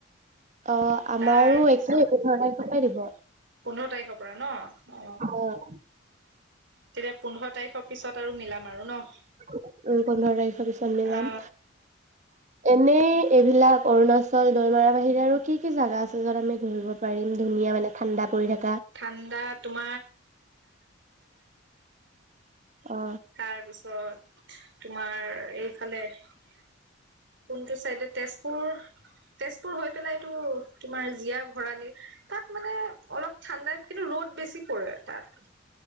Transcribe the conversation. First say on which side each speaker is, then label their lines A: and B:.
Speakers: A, on the right; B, on the right.
A: অ আমাৰো
B: তাৰ পিছত
A: একেই পোন্ধৰ তাৰিখৰ পৰাই দিব।
B: পোন্ধৰ তাৰিখৰ পৰা ন অ
A: অঁ।
B: তেতিয়া পোন্ধৰ তাৰিখৰ পিছত আৰু মিলাম আৰু ন।
A: ওম পোন্ধৰ তাৰিখৰ পিছত মিলাম।
B: অ
A: এনেই এইবিলাক অৰুণাচল, দৈমাৰা বাহিৰে আৰু কি কি জাগা আছে য'ত আমি ঘূৰিব পাৰিম ধুনীয়া মানে ঠাণ্ডা পৰি থাকে।
B: ঠাণ্ডাত- তোম
A: অ
B: তাৰপিছত, তোমাৰ এইফালে কোনটো চাইডে তেজপুৰ তেজপুৰ হৈ পেলাই এইটো তোমাৰ জীয়া ভৰালি তাত মানে অলপ ঠাণ্ডা কিন্তু ৰ'দ বেছি পৰে তাত।